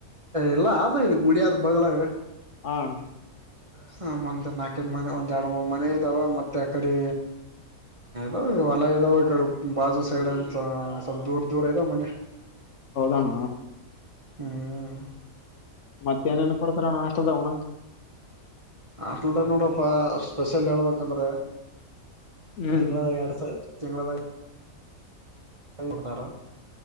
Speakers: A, on the right; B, on the left.
A: ಎಲ್ಲ ಆದದು ಇಲ್ಲಿ ಗುಡಿಯಾದ ಬಗ್ಲಾಗ.
B: ಹಣ.
A: ಹ ಒಂದ ನಾಲ್ಕ ಮನೆ ಒಂದ್ ಎರಡು ಮನೆ ಇದಾವ ಮತ್ತೆ ಅಕಡೆ. ದಾವ ಹೊಲ ಇದದಾವ ಇಡೆ ಬಾಜು ಸೈಡ್ ಅಂತ ಸ ದೂರ ದೂರ ಐದಾವ ಮನೆ. <inaudible>
B: ದಾನ.
A: ಹ್ಮ್.
B: ಮತ್ತೆ ಏನೇನ್ ಕೊಡ್ತಾರಣ ಹಾಸ್ಟೆಲ್ದಣಕ್. ಉಣ್ಣಾಕ
A: ಆಟ್ಡೆ ನೋಡಪ್ಪ ಸ್ಪೆಷಲ್ ಹೇಳ್ಬೇಕಂದ್ರೆ.
B: ಹ್ಮ್
A: ತಿಂಳದಾಗಿ ಎಡ್ಸ ತಿಂಗಳದಾಗಿ. ಕೊಡ್ತಾರ.